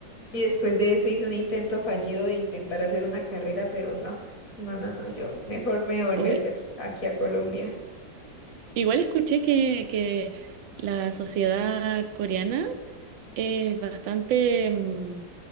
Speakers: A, on the left (about 45°); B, on the right (about 80°).
A: Y después de eso hice un intento fallido de intentar hacer una carrera, pero no, no, no, no, yo mejor me volví
B: Uy,
A: a hacer aquí a Colombia,
B: igual escuché que, que la sociedad coreana es bastante... mm,